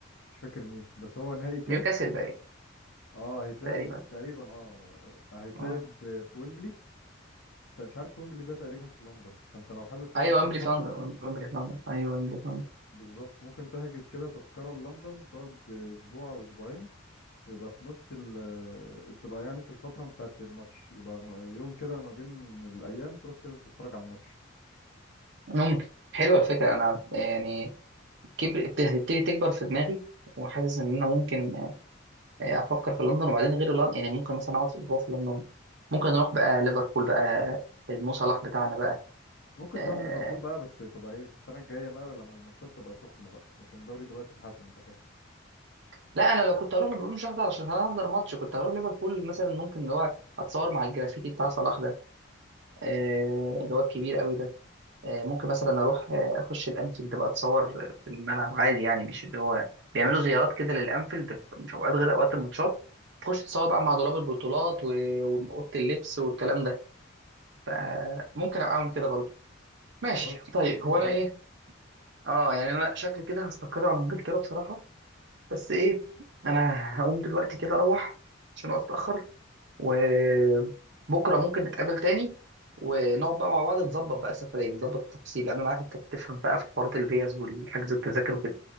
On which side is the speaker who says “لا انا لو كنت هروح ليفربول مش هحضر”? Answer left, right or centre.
Right